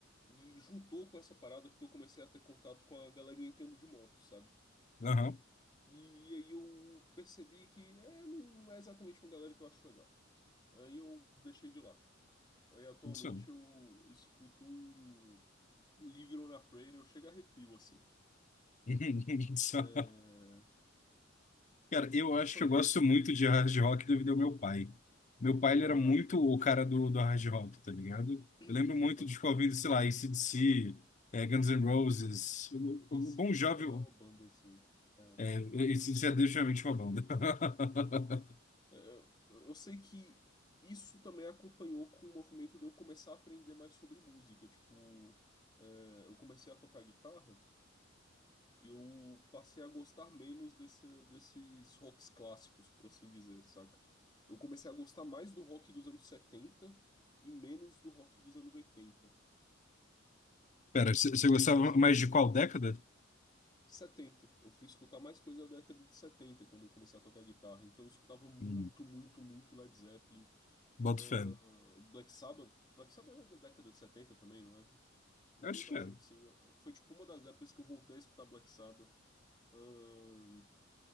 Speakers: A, on the left; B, on the left.
A: e juntou com essa parada porque eu comecei a ter contato com a galerinha que anda de moto, sabe?
B: Aham,
A: E aí eu percebi que é, não não é exatamente uma galera que eu acho legal. Aí eu deixei de lado. Aí atualmente
B: muito som.
A: eu escuto um Living on a Prayer, eu chego a arrepio, assim.
B: <laughs> Só-
A: É,
B: Cara, eu acho
A: Só
B: que eu
A: que.
B: gosto muito
A: hum,
B: de hard rock devido ao meu pai. Meu pai, ele
A: Ah,
B: era muito o cara do, do hard rock, tá ligado?
A: <clears throat>
B: Eu lembro muito
A: pode
B: de ficar
A: crer.
B: ouvindo, sei lá, AC/DC, eh, Guns N' Roses, o, o
A: AC/DC
B: Bon Jovi,
A: também é uma banda, assim. é.
B: é, AC/DC é definitivamente uma banda. <laughs>
A: é, Eu, eu sei que isso também acompanhou com o movimento de eu começar a aprender mais sobre música. Tipo, é, eu comecei a tocar guitarra e eu passei a gostar menos desse, desses rocks clássicos, por assim dizer, saca? Eu comecei a gostar mais do rock dos anos 70 e menos do rock dos anos 80.
B: Pera, você você
A: Não sei
B: gostava
A: se faz sentido.
B: mais de qual década?
A: setenta Eu fui escutar mais coisa da década de 70 quando eu comecei a tocar guitarra. Então eu escutava muito,
B: Hum,
A: muito, muito Led Zeppelin.
B: boto fé.
A: Ah, Black Sabbath. Black Sabbath é da década de 70 também, não é? Eu
B: Eu Acho
A: imagino
B: que é.
A: que sim. Eu- Foi tipo uma das épocas que eu voltei a escutar Black Sabbath. Ah,